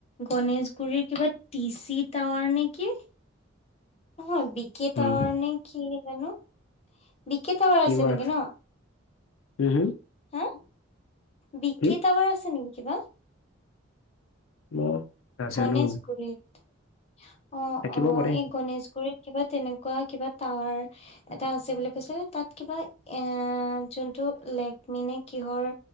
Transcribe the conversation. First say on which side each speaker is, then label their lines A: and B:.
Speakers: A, on the left (about 30°); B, on the left (about 75°).
A: গনেশগুৰিৰ কিবা দি চি তাৱাৰ নেকি? নহয় বিকি
B: উম,
A: তাৱাৰ নে কি জানো। বিকিত তাৱাৰ
B: কিবা
A: আছে নেকি ন,
B: উম, হম
A: হা? বিকি
B: কি
A: টাৱাৰ আছে নেকি কিবা?
B: মই নাজানো
A: গণেশগুৰিত, এই
B: থাকিব পাৰে
A: গণেশগুৰিত। কিবা তেনেকুৱা কিবা টাৱাৰ এটা আছে বুলি কৈছিল। তাত কিবা এ যোনটো লেকমিনে কিহৰ